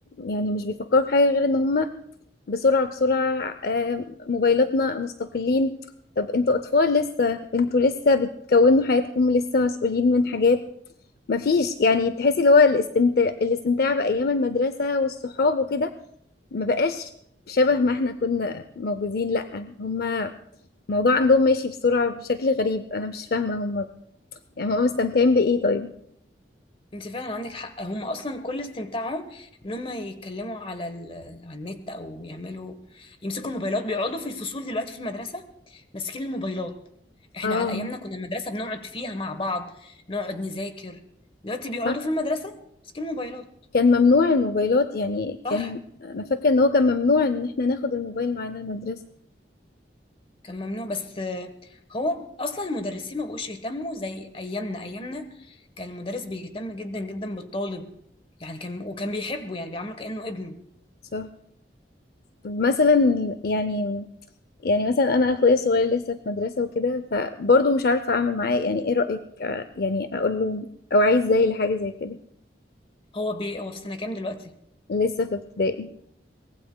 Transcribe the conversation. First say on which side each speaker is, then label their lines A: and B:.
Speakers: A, on the left (about 55°); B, on the left (about 30°).
A: يعني مش بيفكروا في حاجة غير ان هم بسرعة بسرعة آه، موبايلاتنا مستقلين طب انتوا اطفال لسه انتوا لسه بتكونوا حياتكم لسه مسؤولين من حاجات مفيش يعني تحسي اللي هو الاستمتاع الاستمتاع بأيام المدرسة والصحاب وكده ما بقاش شبه ما احنا كنا موجودين لأ هم الموضوع عندهم ماشي بسرعة بشكل غريب انا مش فاهمة هم يعني هم مستمتعين بإيه طيب
B: انت فعلا عندك حق هم اصلا كل استمتاعهم ان هم يتكلموا على ال... على النت او يعملوا يمسكوا الموبايلات بيقعدوا في الفصول دلوقتي في المدرسة ماسكين الموبايلات احنا
A: اه
B: على ايامنا كنا المدرسة بنقعد فيها مع بعض نقعد نذاكر دلوقتي بيقعدوا
A: صح
B: في المدرسة ماسكين الموبايلات
A: كان ممنوع الموبايلات يعني كان
B: صح
A: انا فاكره ان هو كان ممنوع ان احنا ناخد الموبايل معانا المدرسه
B: كان ممنوع بس آه، هو اصلا المدرسين ما بقوش يهتموا زي ايامنا ايامنا كان المدرس بيهتم جدا جدا بالطالب يعني كان وكان بيحبه يعني بيعامله كأنه ابنه
A: صح مثلا يعني يعني مثلا انا اخويا الصغير لسه في مدرسه وكده فبرضه مش عارفه اعمل معاه يعني ايه رايك آه، يعني اقول له او عايز زي لحاجه زي كده
B: هو بي هو في سنة كام دلوقتي
A: لسه في ابتدائي